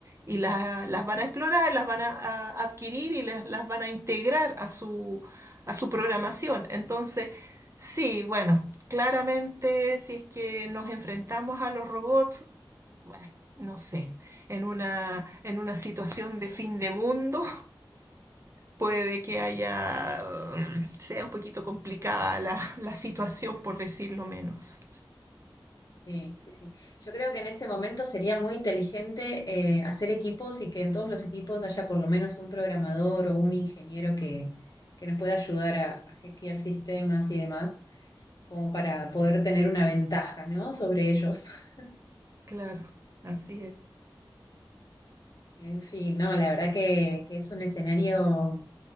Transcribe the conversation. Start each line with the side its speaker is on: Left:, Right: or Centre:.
Right: y la- las van a explorar, las van a, a adquirir y las las van a integrar a su, a su programación. Entonces, sí, bueno, claramente si es que nos enfrentamos a los robots, bueno, no sé, en una, en una situación de fin de mundo puede que haya, mm, sea un poquito complicada la, la situación, por decirlo menos.
Left: Sí, sí, sí. Yo creo que en ese momento sería muy inteligente eh, hacer equipos y que en todos los equipos haya por lo menos un programador o un ingeniero que, que nos pueda ayudar a, a hackear sistemas y demás, como para poder tener una ventaja, ¿no? Sobre ellos. <laughs>
Right: Claro, así es.
Left: En fin, no, la verdad que, que es un escenario